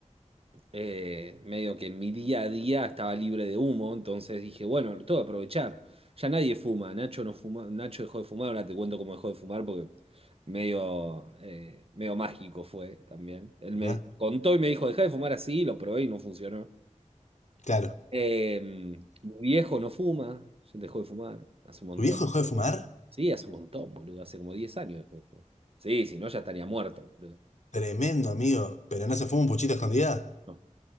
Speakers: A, on the right; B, on the left.
A: eh, medio que mi día a día estaba libre de humo, entonces dije, bueno, lo tengo que aprovechar. Ya nadie fuma, Nacho no fuma, Nacho dejó de fumar, ahora te cuento cómo dejó de fumar porque medio, eh, medio mágico fue también. Él me
B: ¿Ya?
A: contó y me dijo, dejá de fumar así, lo probé y no funcionó.
B: Claro.
A: Eh, mi viejo no fuma, ya dejó de fumar hace un montón.
B: ¿Tu viejo dejó de fumar?
A: Sí, hace un montón, boludo, hace como 10 años dejó de fumar. Sí, si no ya estaría muerto, boludo.
B: Tremendo, amigo. ¿Pero no se fuma un puchito a escondida?
A: No,